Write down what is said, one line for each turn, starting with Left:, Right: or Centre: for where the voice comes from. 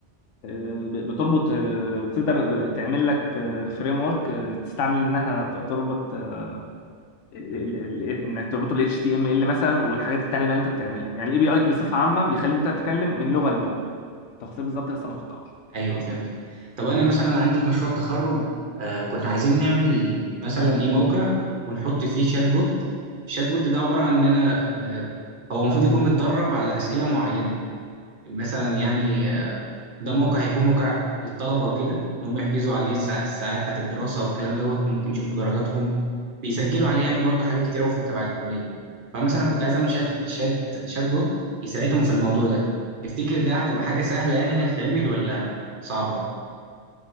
Left: ب- بتربط آه، بتقدر تعمل لك فريم ورك تستعمل انها ت- تربط آه، ال- ال- ال- انك تربطه ال HTML مثلا والحاجات التانية بقى اللي انت بتعملها يعني الاي بي اي بصفة عامة بيخليك انت تتكلم من لغة للغة تفاصيل بالظبط لسه ما خطأش
Right: ايوه فهمت طب انا مثلا عندي في مشروع التخرج آه كنا عايزين نعمل مثلا ايه موقع ونحط فيه شات بوت الشات بوت ده عباره عن ان انا آه هو المفروض يكون متدرب على اسئله معينه مثلا يعني آه، ده موقع هيكون موقع للطلبة وكده إن هم يحجزوا عليه الساع- الساعات بتاعت الدراسة والكلام دوت ممكن يشوفوا درجاتهم بيسجلوا عليه يعني برضو حاجات كتير أوي في تبع الكلية فمثلا كنت عايز أعمل شات شات شات بوت يساعدهم في الموضوع ده تفتكر ده هتبقى حاجة سهلة يعني هتتعمل ولا صعبة؟